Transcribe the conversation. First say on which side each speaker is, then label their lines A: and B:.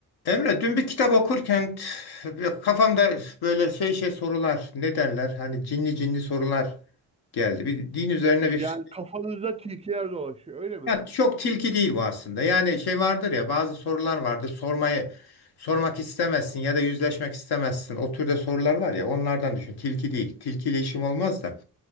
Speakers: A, on the left (about 70°); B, on the right (about 15°).
A: Emre, dün bir kitap okurken t- kafamda böyle şey şey sorular, ne derler? Hani cinli cinli sorular geldi. Bir din üzerine bir
B: Yani kafanızda tilkiler dolaşıyor öyle mi?
A: ya çok tilki değil bu aslında. Yani şey vardır ya bazı sorular vardır. Sormayı sormak istemezsin ya da yüzleşmek istemezsin. O türde sorular var ya onlardan düşün. Tilki değil. Tilkiyle işim olmaz da.